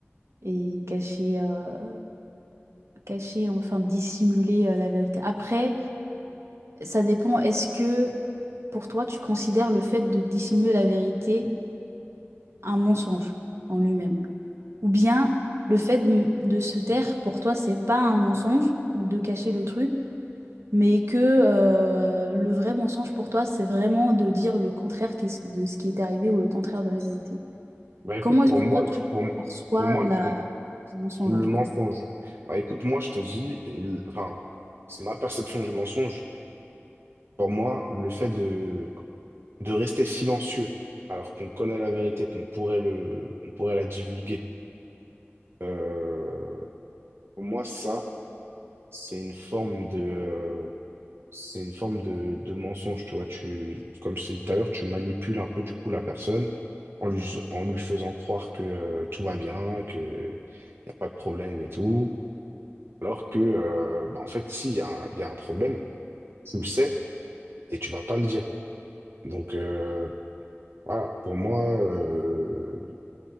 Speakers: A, on the right; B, on the right.
A: et cacher, euh, cacher, enfin dissimuler euh, la vérité. Après, ça dépend, est-ce que pour toi, tu considères le fait de dissimuler la vérité un mensonge en lui-même? Ou bien le fait de, de se taire, pour toi, c'est pas un mensonge ou de cacher le truc? mais que euh, le vrai mensonge pour toi, c'est vraiment de dire le contraire qu'est- de ce qui est arrivé ou le contraire de la vérité.
B: Bah écoute,
A: Comment est-ce
B: pour
A: que
B: moi,
A: toi, tu
B: pour,
A: perçois
B: pour moi,
A: la...
B: pour moi,
A: le mensonge
B: Le
A: en fait?
B: mensonge. Bah écoute, moi je te dis, le- enfin, c'est ma perception du mensonge. Pour moi, le fait de, de rester silencieux, alors qu'on connaît la vérité, qu'on pourrait le, on pourrait la divulguer, euh, pour moi, ça, c'est une forme de, euh, c'est une forme de, de mensonge, tu vois. Tu, comme je t'ai dit tout à l'heure, tu manipules un peu du coup la personne en lui, en lui faisant croire que euh, tout va bien, que y a pas de problème et tout. Alors que, euh, bah, en fait, s'il y a, un- il y a un problème, tu le sais et tu vas pas le dire. Donc euh, voilà, pour moi, euh,